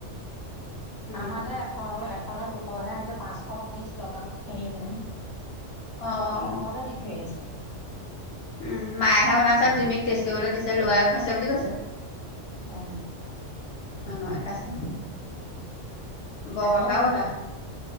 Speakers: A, on the left (about 65°); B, on the left (about 25°).
A: উম
B: আমালে এশ হে এশ নে দুশহে আনিছে পাঁচশ বিশ টকা সেই নহয়।
A: অঁ
B: সৰখিনি ঘৰতে দি থৈ আহিছে।
A: উম মায়হে বনাইছে জুমিক টেষ্ট কৰিবলৈ দিছে লোৱাইও খাইছে বুলি কৈছে।
B: অ।
A: মামই খাইছে। ব
B: তাকেহে
A: কথাও তা